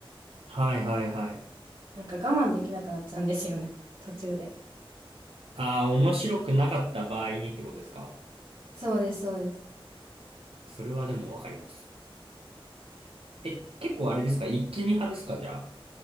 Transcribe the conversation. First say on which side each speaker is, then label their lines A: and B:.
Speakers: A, on the right; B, on the right.
A: はいはいはい。
B: なんか我慢できなくなっちゃうんですよね。<laughs> 途中で。
A: ああ、面白くなかった場合にってことですか。
B: そうです、そうです。
A: それはでもわかります。え、結構あれですか一気見派ですかじゃあ。